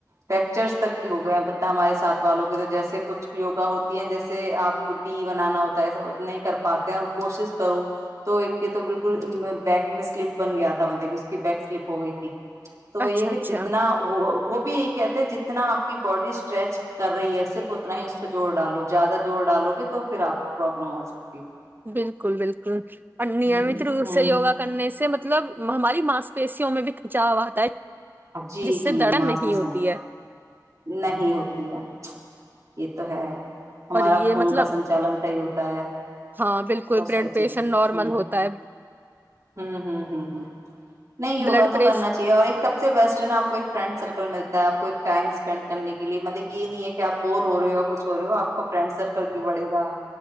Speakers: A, on the right; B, on the right.
A: فیکچرس تک بھی ہو گئے ہیں پت ہمارے ساتھ والوں کے تو جیسے کچھ یوگا ہوتی ہیں جیسے آپ کو ڈی بنانا ہوتا ہےسا نہیں کر پاتے اور کوشش کرو تو ایک کے تو بالکل بیک میں سلپ بن گیا تھا مطلب کہ اس کی بیک سلپ ہو گئی تھی تو وہی
B: اچھا
A: ہے کہ
B: اچھا
A: جتنا وہ وہ بھی ایک کہتے جتنا آپ کی باڈی اسٹریچ کر رہی ہے صرف اتنا ہی اس پہ جوور ڈالو زیادہ زور ڈالو گے تو پھر آپ کو پروابلم ہو سکتی ہے
B: بالکل بالکل اور نیمت
A: جی
B: روپ
A: ہاں
B: سے یوگا کرنے سے مطلب ہماری مانسپیشیوں میں بھی کھچاؤ آتا ہے
A: جی
B: جس
A: جی
B: سے درد
A: ماسی
B: نہیں ہوتی
A: سے
B: ہے
A: نہیں ہوتی ہے یہ تو ہے ہمارا
B: اور یہ
A: خون
B: مطلب
A: کا سنچالن صحیح ہوتا ہے
B: ہاں بالکل
A: بہت ساری
B: بلڈ پریشر
A: چیزیں
B: نارمل
A: ہ
B: ہوتا ہے
A: ہ ہ ہ ہ نہیں یوگا
B: بلڈ
A: تو
B: پریشر
A: کرنا چاہیے اور ایک آپ کو ایک فرینڈ سرکل ملتا ہے آپ کو ایک ٹائم اسپینڈ کرنے کے لیے مطلب یہ نہیں ہے کہپ بور ہو رہے ہو یا کچھ ہو رہے ہو آپ کا فرینڈ سرکل بھی بڑے گا